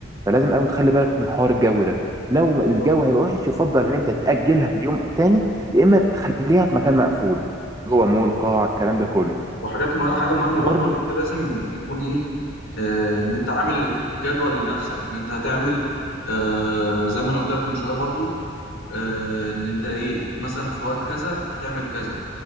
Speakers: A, on the right (about 15°); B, on the left (about 85°).
A: فلازم قوي تخلي بالك من حوار الجو ده لو الجو
B: بالظبط
A: هيبقى وحش يفضل ان انت تاجلها ليوم تاني يا اما تخليها في مكان مقفول جوه مول
B: بالظبط
A: قاعه الكلام ده كله
B: وحاجات مه... حاجة مهمة
A: برضو
B: برضو إن أنت لازم يكون إيه آه، إن أنت عامل جدول لنفسك إن أنت هتعمل آه، زي ما أنا قلت لك من شوية برضو آه، ان انت ايه مثلا في وقت كذا هتعمل كذا